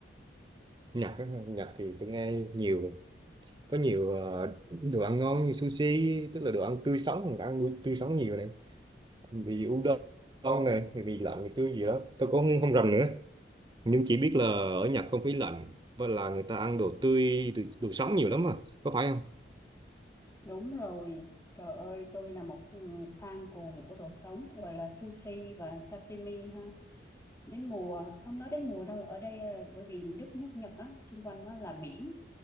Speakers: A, on the right (about 25°); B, on the left (about 15°).
A: Nhật á, Nhật thì tôi nghe nhiều có nhiều ờ, đồ ăn ngon như sushi, tức là đồ ăn tươi sống, mình ăn tươi sống nhiều này. Vì udon này, vì mì lạnh, mì tươi gì đó. Tôi cũng không, không rành nữa nhưng chỉ biết là ở Nhật không khí lạnh và là người ta ăn đồ tươi đồ, đồ sống nhiều lắm à có phải không
B: Đúng rồi, trời ơi tôi là một ừ, fan cuồng của đồ sống gọi là sushi và sashimi ha. Đến mùa, không nói đến mùa đâu, ở đây ờ, bởi vì đất nước Nhật á, xung quanh nó là biển.